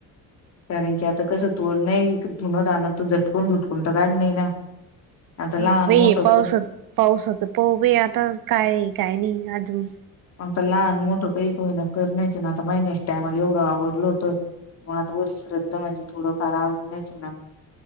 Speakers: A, on the left; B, on the right.
A: कारण की आता कसं तोड नाही धुनत आणनत तर झटकून झुटकून तर काय नाही ना. आता
B: हा
A: लहान
B: वे
A: मोठं
B: आहे पाऊस
A: पण
B: पाऊसाच प वे आता काय काय नाही अजून
A: मगता लहान मोठं काही को ना करण्याच ना आता महिनस टायमाला एवढं आवडल होत. ग आता वरी श्रद्धा म्हणजे थोडंफार आवडी नाही.